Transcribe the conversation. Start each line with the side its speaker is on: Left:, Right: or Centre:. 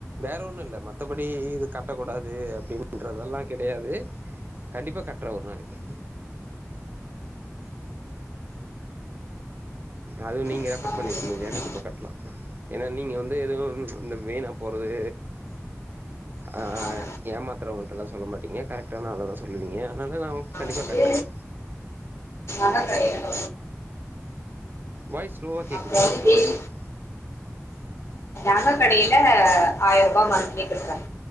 Right: வேற ஒண்ணும் இல்ல மத்தபடி இது கட்டக்கூடாது அப்டின்றதெல்லாம் கிடையாது கண்டிப்பா கட்றேன் ஒரு நாளைக்கு அதுவும் நீங்க
Left: ஒர்க்
Right: ரெஃபர் பண்ணிருக்கீங்க இல்லையா கண்டிப்பா கட்டலாம் ஏன்னா நீங்க வந்து எதுவும் இந்த வீணா போறது ஆஹ
Left: நான்
Right: ஏமாத்துறவுங்க கிட்டெல்லாம் சொல்ல மாட்டீங்க கரெக்டான ஆலதான் சொல்லுவீங்க அதனால நான் கண்டிப்பா
Left: வந்து
Right: கட்றேன்
Left: நகை கடையில்
Right: வாய் ஸ்லோவ கேக்குது
Left: அப்புறம்
Right: வாய்
Left: வந்து
Right: ஸ்லோவ
Left: பேசி
Right: கேக்
Left: நக கடையில ஆயிரம் ரூபா மன்த்லி கட்றேன்